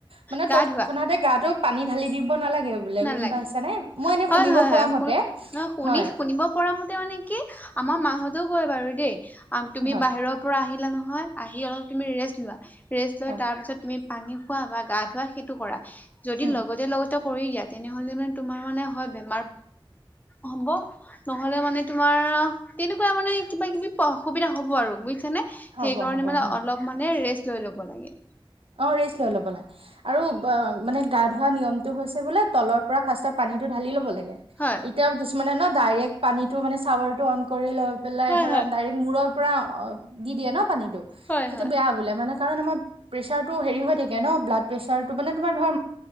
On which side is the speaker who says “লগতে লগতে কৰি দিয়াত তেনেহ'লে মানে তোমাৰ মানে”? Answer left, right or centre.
Left